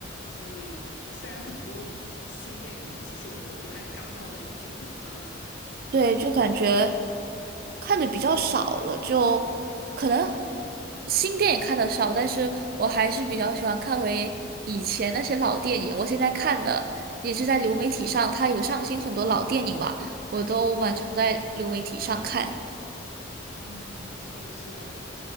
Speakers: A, on the left (about 65°); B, on the right (about 50°).
A: 所以虽然很多新电影，其实我都不太感冒了，已经。<laughs>
B: 对，就感觉看的比较少了，就可能新电影看的少，但是我还是比较喜欢看回以前那些老电影。我现在看的也是在流媒体上，它有上新很多老电影嘛，我都蛮常在流媒体上看。
A: 嗯。嗯，是的，是的，